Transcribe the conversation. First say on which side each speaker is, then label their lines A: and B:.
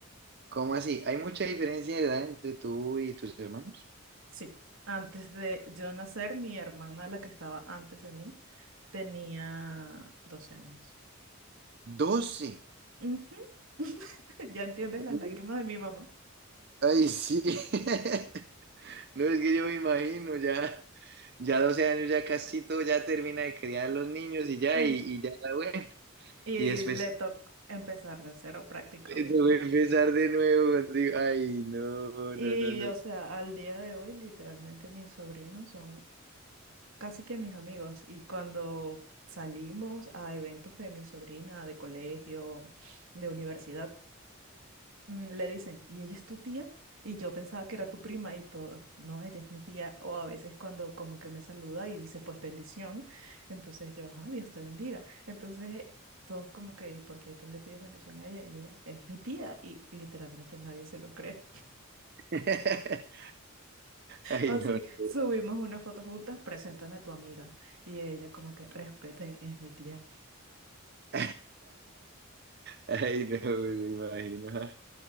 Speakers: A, on the right; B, on the right.
A: ¿Cómo así? ¿Hay mucha diferencia de edad entre tú y tus hermanos?
B: Sí, antes de yo nacer, mi hermana, la que estaba antes de mí, tenía 12 años.
A: 12.
B: Ujú. <laughs> Ya entiendes
A: Uh,
B: las lágrimas de mi mamá.
A: Ay, sí. <laughs> No es que yo me imagino, ya, ya 12 años, ya casi todo, ya termina de criar los niños y ya,
B: Es-
A: y, y ya, bueno.
B: y
A: Y después
B: le tocó empezar de cero prácticamente.
A: eh, te voy a empezar de nuevo contigo. Ay, no,
B: Y,
A: no, no, no.
B: o sea, al día de hoy, literalmente mis sobrinos son casi que mis amigos. Y cuando salimos a eventos de mi sobrina, de colegio, de universidad, mm, le dicen, ¿y ella es tu tía? Y yo pensaba que era tu prima y todo, no, ella es mi tía. O a veces cuando como que me saluda y dice, pues bendición. Entonces yo, ajá, Dios te bendiga. Entonces todos como que, ¿y por qué tú le pides bendición a ella? Y ella es mi tía. Y literalmente nadie se lo cree.
A: <laughs> Ay,
B: O sí,
A: no. no.
B: subimos una foto juntas, preséntame a tu amiga. Y ella como que respeten, es mi tía.
A: <laughs> Ay, no, me imagino.